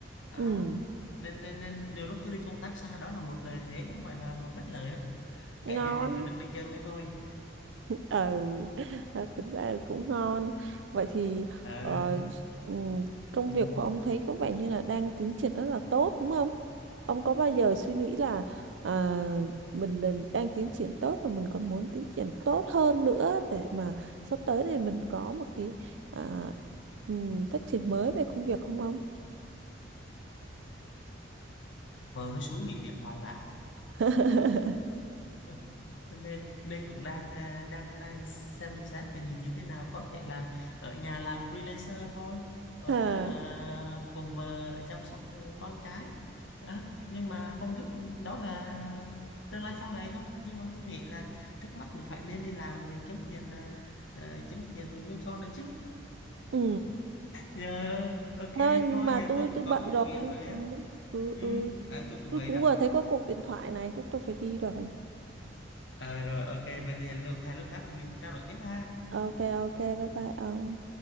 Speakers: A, on the left; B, on the right.
A: Đó.
B: Ừ.
A: nên nên nên nhiều lúc tôi đi công tác xa đó là một lợi thế chứ không phải là một bất lợi đâu cả
B: Ngon.
A: gia đình tôi được đi chơi với tôi
B: ừ đó, tính ra cũng ngon vậy thì
A: Ờ,
B: ờ, ừm,
A: ừ.
B: công việc của ông thấy có vẻ như là đang tiến triển rất là tốt đúng không ông có bao giờ suy nghĩ là ờ, mình đang đang tiến triển tốt và mình còn muốn tiến triển tốt hơn nữa để mà sắp tới này mình có một cái à, ừm, phát triển mới về công việc không ông
A: vợ nó xúi nghỉ việc hoài bà
B: <laughs>
A: <laughs> nên nên cũng đang à, đang đang xem xét tình hình như thế nào có thể là ở nhà làm freelancer thôi rồi
B: Ờ,
A: à, cùng vợ chăm sóc con cái Đó. nhưng mà không biết đó là tương lai sau này thôi nhưng mà tôi nghĩ là trước mắt cũng phải nên đi làm rồi kiếm tiền à, à, kiếm tiền rồi nuôi con nữa chứ
B: ừ
A: giờ ok
B: Đó, nhưng
A: thôi
B: mà
A: giờ
B: tôi
A: tôi cũng
B: tôi
A: có
B: bận
A: chút
B: rồi.
A: việc rồi á
B: Ừ, ừ,
A: ừ,
B: ừ.
A: ờ, tôi cũng
B: Tôi
A: vậy
B: cũng
A: đó
B: vừa thấy có cuộc điện thoại này, chắc tôi phải đi rồi.
A: ờ rồi ok vậy thì hẹn lượt hai lúc khác rồi mình trao đổi tiếp ha
B: Ok, ok, bye bye ông.